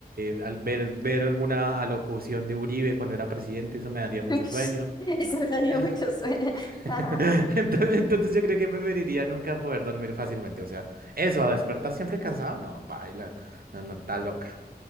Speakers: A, on the right; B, on the left.
A: eh, al ver, ver alguna alocución de Uribe cuando era presidente, eso me daría mucho
B: <laughs> Ush,
A: sueño.
B: Eso me daría
A: <laughs>
B: mucho sueño.
A: <laughs>
B: <laughs>
A: Entonces, entonces yo creo que preferiría nunca poder dormir fácilmente. O sea, eso, a despertar siempre cansado, no, baila, no, no, está loca.